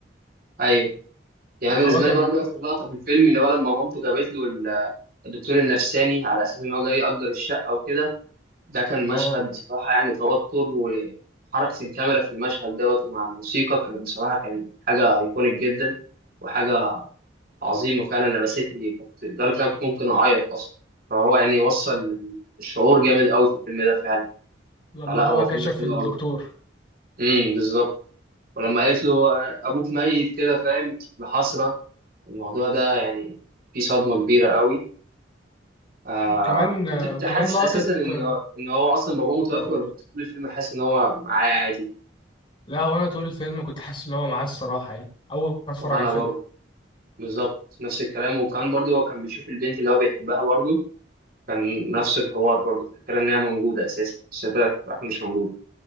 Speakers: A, on the right; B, on the left.
A: ايوه يعني
B: ان
A: بالنسبه
B: هو كان
A: لي برضو اخر لقطه في الفيلم اللي هو لما مامته جابت له ال- الدكتور النفساني على اساس ان هو جاي يأجر الشقه وكده ده كان مشهد
B: اه
A: بصراحه يعني توتر وحركه الكاميرا في المشهد دوت ومع الموسيقى كانت بصراحه كان حاجه ايكونيك جدا وحاجه عظيمة فعلا لمستني كنت لدرجة إن أنا كنت ممكن أعيط أصلا فهو يعني وصل الشعور جامد أوي في الفيلم ده فعلا
B: لما
A: فلا
B: هو
A: هو
B: كشف
A: فيلم حلو
B: الدكتور
A: أوي امم بالظبط ولما قالت له أبوك ميت كده فاهم بحسرة الموضوع ده يعني فيه صدمة كبيرة أوي آه،
B: كمان آه،
A: أنت كنت
B: وكمان
A: حاسس
B: لقطه
A: أساسا إن
B: آه،
A: هو إن هو أصلا باباه متوفي
B: اقول
A: ولا كنت طول الفيلم حاسس إن هو معاه عادي
B: لا هو انا طول الفيلم كنت حاسس ان هو معاه الصراحه يعني اول ما اتفرج
A: وأنا
B: على الفيلم
A: برضه بالظبط نفس الكلام وكمان برضه هو كان بيشوف البنت اللي هو بيحبها برضه كان نفس الحوار برضه الفكرة إن هي موجودة أساسا بس هي طلعت في الآخر مش موجودة